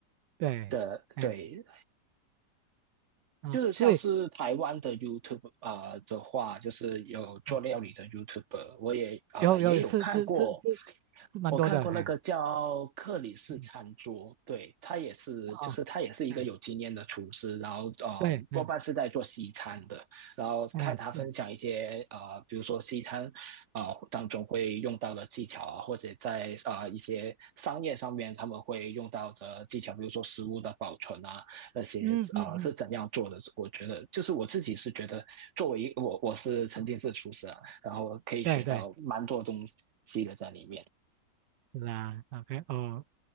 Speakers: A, on the right; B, on the right.
A: 对，
B: 的，
A: 哎，
B: 对，
A: 啊、
B: 就是像是台湾的
A: 所以
B: YouTube 啊、呃的话，就是有做料理的
A: 嗯
B: YouTuber，我也啊、
A: 有有是是是是
B: 呃也有看过
A: 是蛮多的，
B: 我看过那个叫克里斯餐桌，
A: 哎，嗯，
B: 对，他也是，
A: 哦，
B: 就是他也是一个有经验的厨师，
A: 嗯，
B: 然后呃，
A: 对，嗯，
B: 多半是在做西餐的，然后看他分享一些呃，
A: 哎，是，
B: 比如说西餐啊、呃当中会用到的技巧啊，或者在啊、呃一些商业上面他们会用到的技巧，比如说食物的保存啊那些啊是怎样做的，
A: 嗯嗯嗯，
B: 我觉得就是我自己是觉得作为一我我是曾经是厨师啊，然后可以学到蛮多东西的在里面，
A: 对对，是啊，OK，哦。